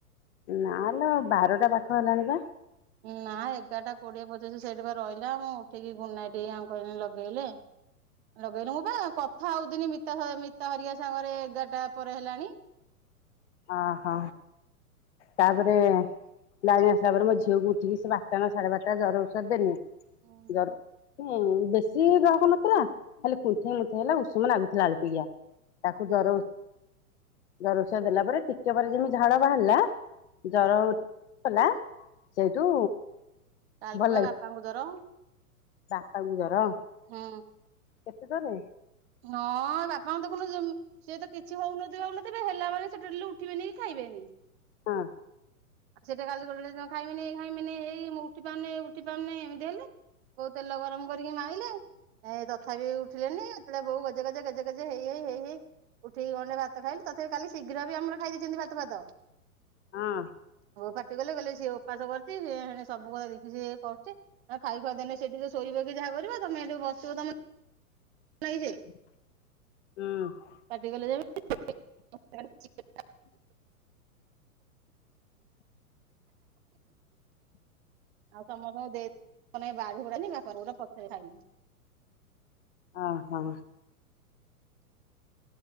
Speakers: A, on the left (about 50°); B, on the right (about 45°).
A: ନାଲୋ ବାରଟା ପାଖ ହେଲାଣି ବା।
B: ନା ଏଗାରଟା କୋଡିଏ ପଚିଶ ସେଇଠି ବା ରହିଲା ମୁଁ ଉଠିକି ଗୁଡନାଇଟ୍ଟି ଆକୁ କହିଲି ଲଗେଇଲେ। ଲଗେଇଲୁ ମୁ ବା କଥା ହଉ ଥିନି ମି ମିତା ହରିକା ସାଙ୍ଗରେ ଏଗାରଟା ପରେ ହେଲାଣି।
A: ଓ ହୋ ତାପରେ ଲାଇନ ଆସିଲା ପରେ ମୋ ଝିଅକୁ ଉଠିକି ସେ ବାରଟା ନା ସାଢେ ବାରଟା ଜର ଔଷଧ ଦେନି
B: ହୁଁ
A: ଜର ବେଶୀ ଗ୍ରହକ ନଥିଲା ଖାଲି କୁନ୍ଥେଇ କୁନ୍ଥେଇ ହେଲା ଉଷୁମ ନାଗୁଥିଲା ଆଳପିକିଆ। ତାକୁ
B: ହୁଁ
A: ଜର ଜର ଓଷାଧ ଦେଲା ପରେ ଟିକେ ପରେ ଯେମିତି ଝାଳ ବାହାରିଲା।
B: ହୁଁ
A: ଜର ଉଠଲା ସେଇଠୁ
B: କାଲିଠୁ
A: ଭଲ
B: ବା
A: ଲାଗେ
B: ବାପାଙ୍କୁ ଜର।
A: ବାପାଙ୍କୁ ଜର।
B: ହଁ
A: କେତେ ଦେଲେ।
B: ହଁ ବାପା ଙ୍କୁ ଦେଖୁନୁ ଯେମି ସିଏ ତ କିଛି ହଉ ନଥିବେ ହଉ ନଥିବେ ହେଲା ବେଳେ ସେ ଡେରି ଲେ ଉଠିବେନି ଖାଇବେନି।
A: ହଁ।
B: ଆ ସେଏ ତ କାଲି ରେ ଗଲେଯେ ଖାଇମିନି ଖାଇମିନି ହେଇ ମୁଁ ଉଠି ପାରୁନି ଉଠି ପାରୁନି ଏମିତି ହେଲେ। ବୋଉ ତେଲ ଗରମ କରିକି ମାଇଲେ ଏ ତଥାପି ଉଠିଲେନି ସେତେ ବେଳେ ବୋଉ ଗଜେ ଗଜେ ଗଜେ ଗେଯେ ହେଇ ହେଇ ହେଇ ହେଇ ଉଠେଇି ଗଣ୍ଡେ ଭାତ ଖାଇଲୁ ତଥାପି କାଲି ଶୀଘ୍ର ବି ଆମର ଖାଇ ଦେଇେଛନ୍ତି ଭାତ ଫାତ।
A: ହଁ।
B: ହୋ ଫାଟି କଲେ କଲେ ସିଏ ଉପାସ କରୁଚି ସିଏ ହେଡେ ସବୁକଥା ଧିଖି ସିଖି ହେଇ କରୁଚି। ନା ଖାଇ ଖୁଆ ଦେଲେ ସେଠି ସେ ଶୋଇବେ କି ଯାହା କରିବେ ତମେ ଯୋଉ ବସିବ ତମଲାଗି ସିଏ
A: ହୁଁ।
B: ପାଟିଗଲେ ଯେମିତି <unintelligible> ଆଉ ସମସ୍ତଙ୍କୁ ଦେଇ ମାନେ ବାଢ଼ି ବୁଢାନି ବାପାର ମୋର ପଛରେ ଖାଇଲୁ।
A: ଓ ହ।